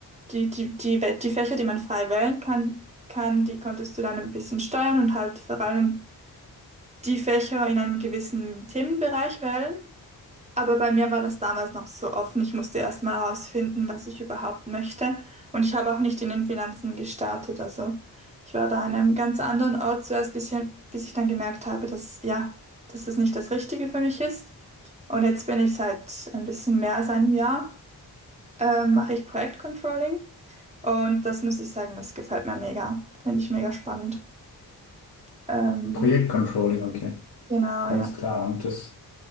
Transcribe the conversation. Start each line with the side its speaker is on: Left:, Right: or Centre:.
Right: die, die, die, Wä- die Fächer, die man frei wählen kann, kann, die konntest du dann ein bisschen steuern und halt vor allem die Fächer in einem gewissen Themenbereich wählen. Aber bei mir war das damals noch so offen. Ich musste erst mal herausfinden, was ich überhaupt möchte. Und ich habe auch nicht in den Finanzen gestartet. Also ich war da an einem ganz anderen Ort zuerst, bis ich, bis ich dann gemerkt habe, dass ja, dass es nicht das Richtige für mich ist. Und jetzt bin ich seit ein bisschen mehr als einem Jahr, ähm, mache ich Projektcontrolling. Und das muss ich sagen, das gefällt mir mega. Finde ich mega spannend. Ähm,
Left: Projektcontrolling, okay.
Right: genau,
Left: Alles
Right: ja.
Left: klar. Und das,